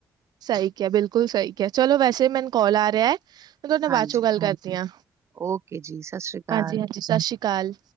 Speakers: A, on the right; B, on the right.
A: ਸਹੀ ਕਿਆ, ਬਿਲਕੁਲ ਸਹੀ ਕਿਆ ਚਲੋ ਵੈਸੇ ਮੈਨੂੰ ਕੋਲ ਆ ਰਿਆ ਮੈ ਤੁਹਾਡੇ ਨਾ
B: ਹਾਂਜੀ,
A: ਬਾਦ ਚੋਂ ਗੱਲ ਕਰਦੀ ਆਂ,
B: ਓਕੇ ਜੀ, ਸਤਿ ਸ਼੍ਰੀ ਅਕਾਲ।
A: ਹਾਂਜੀ-ਹਾਂਜੀ ਸ਼ਾਸ਼ੀ ਕਾਲ।